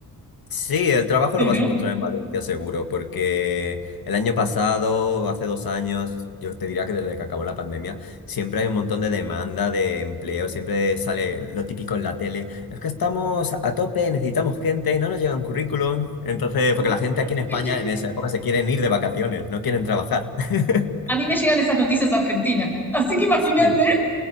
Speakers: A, on the left; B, in the centre.
A: sí, el trabajo
B: Sí,
A: lo vas
B: ¿no?
A: a encontrar en Valencia seguro, porque el año pasado, hace dos años, yo te diría que desde que acabó la pandemia, siempre hay un montón de demanda de empleo, siempre sale lo típico en la tele, es que estamos a tope, necesitamos gente, no nos llegan currículum, entonces,
B: A
A: porque
B: mí,
A: la gente
B: a
A: aquí
B: mí
A: en España
B: me llega.
A: en esa época se quieren ir de vacaciones, no quieren trabajar. <laughs>
B: A mí me llegan esas noticias argentinas. Así que imagínate,
A: Sí,